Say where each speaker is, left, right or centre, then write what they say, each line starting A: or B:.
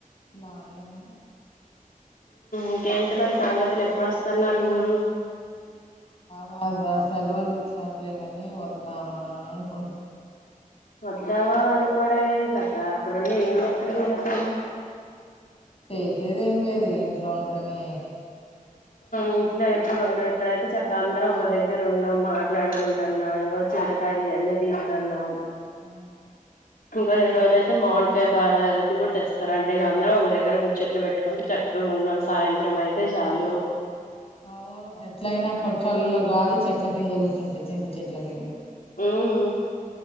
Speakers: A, on the left (about 40°); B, on the left (about 75°).
A: బానే ఉన్నా
B: ఇంకేంటి మరి సంగతులు ఎప్పుడుస్తున్నారు ఊరు
A: వారు రా సెలవులు ఇచ్చారులే కాని వద్దామా అనుకుంటున్నా
B: వొద్దామ్మ అనుకోవడంవేంటి అక్క అక్కడండి ఏం చేస్తారు మీరు అసలు
A: చేసేది ఏం లేదు ఇంట్లో ఉండడమే
B: ఇంట్లో ఎప్పుడు ఉన్నా ఇక్కడైతే చక్క అందరం ఒక దగ్గర ఉన్నా మాట్లాడుకుంటున్నా ఇం చింతకాయాలు ఇవన్ని తితన్నాం
A: ఆ
B: ఇంకా రెండు రోజులు అయితే మాడికాయపాది కూడా తెస్తారుండి ఇక అందరం ఒక దగ్గర ముచ్చట్లు పెట్టుకుంట చక్క గున్న సాయంత్రం అయితే చాలు
A: అవును ఎట్లయినా అక్కడ చల్ల గాలి చెట్ల కింద కూర్చుంటే చింత చెట్ల కింద
B: ఉమ్